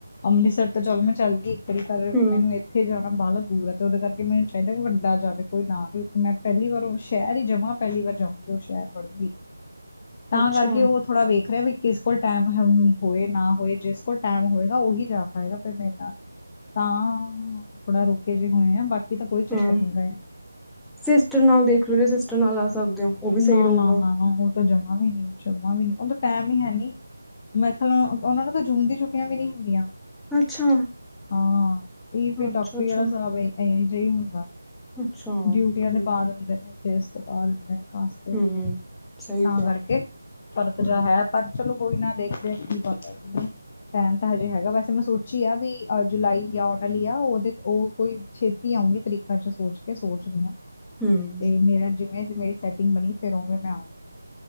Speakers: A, on the left; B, in the centre.
A: ਅੰਮ੍ਰਿਤਸਰ ਤਾਂ ਚਲ ਮੈਂ ਚੱਲ ਗਈ। ਤੇ ਪਰ
B: ਹੂੰ
A: ਮੈਨੂੰ ਇੱਥੇ ਜਾਣਾ ਬਾਹਲਾ ਦੂਰ ਆ ਤੇ ਉਹਦੇ ਕਰਕੇ ਮੈਨੂੰ ਚਾਹੀਦਾ ਬੰਦਾ ਜਾਵੇ ਕੋਈ ਨਾ ਵੀ ਮੈਂ ਪਹਿਲੀ ਵਾਰ ਉਹ ਸ਼ਹਿਰ ਹੀ ਜਮਾਂ ਪਹਿਲੀ ਵਾਰ ਜਾਊਂਗੀ ਉਹ ਸ਼ਹਿਰ ਵੜੂਗੀ। ਤਾਂ
B: ਅੱਛਾ
A: ਕਰਕੇ ਉਹ ਥੋੜ੍ਹਾ ਵੇਖ ਰਿਹਾ ਵੀ ਕਿਸ ਕੋਲ ਟਾਈਮ ਹੋਏ ਨਾ ਹੋਏ ਜਿਸ ਕੋਲ ਟਾਈਮ ਹੋਏਗਾ। ਉਹੀ ਜਾ ਪਾਏਗਾ ਫੇਰ ਮੇਰੇ ਨਾਲ। ਤਾਂ ਥੋੜਾ ਰੁਕੇ ਜਿਹੇ ਹੋਏ ਆ ਬਾਕੀ ਤਾਂ ਕੋਈ? ਚੱਕਰ
B: ਹੂੰ
A: ਨੀ ਗਾ ਇੰਨਾ।
B: ਸਿਸਟਰ ਨਾਲ ਦੇਖ ਲੋ ਜੇ ਸਿਸਟਰ ਨਾਲ। ਆ ਸਕਦੇ ਹੋ ਉਹ ਵੀ
A: ਨਾ
B: ਸਹੀ ਰਹੂੰਗਾ।
A: ਨਾ ਨਾ ਨਾ ਉਹ ਤਾਂ ਜਮਾਂ ਵੀ ਨਹੀਂ ਜਮਾਂ ਵੀ ਨਹੀਂ ਉਹਦਾ ਟਾਈਮ ਹੀ ਹੈ ਨਹੀ। ਮੈਥਲ ਉਹਨਾ ਨੂੰ ਤਾਂ ਜੂਨ ਦੀ ਛੁੱਟੀਆਂ ਵੀ ਨਹੀਂ ਹੁੰਦੀਆਂ ਹੈ।
B: ਅੱਛਾ
A: ਹਾਂ ਇ ਫੇਰ
B: ਅੱਛਾ
A: ਡਾਕਟਰੀ
B: ਅੱਛਾ
A: ਵਾਲਾ ਇਹੋ ਜਿਹੀ ਹੁੰਦਾ।
B: ਅੱਛਾ
A: ਡਿਊਟੀਆਂ
B: ਠੀਕ
A: ਤੇ ਪਾ
B: ਹੈ
A: ਦਿੰਦੇ ਨੇ, ਕੇਸ ਤੇ ਪਾ ਦਿੰਦੇ
B: ਹੂੰ
A: ਨੇ,
B: ਸਹੀ
A: ਤਾਂ
B: ਕਿਹਾ
A: ਕਰਕੇ ਫ਼ਰਕ
B: ਹੂੰ
A: ਜ ਹੈ ਪਰ ਚਲੋ- ਕੋਈ ਨਾ ਦੇਖਦੇ ਕੀ ਬਣਦਾ ਟਾਈਮ ਤਾਂ ਹਜੇ ਹੈਗਾ ਵੈਸੇ ਮੈਂ ਸੋਚੀ ਆ ਵੀ ਅ ਜੁਲਾਈ ਆ ਆਉਣ ਵਾਲੀ ਆ ਉਹਦੇ ਉਹ ਕੋਈ ਛੇਤੀ- ਤਰੀਕ ਚ ਸੋਚ ਕੇ ਸੋਚਦੀ ਹਾਂ।
B: ਹਮ
A: ਤੇ ਮੇਰਾ ਜਿਵੇਂ ਮੇਰੀ ਸੈਟਿੰਗ ਬਣੀ ਫੇਰ ਉਵੇਂ ਮੈਂ ਆਊਂਗੀ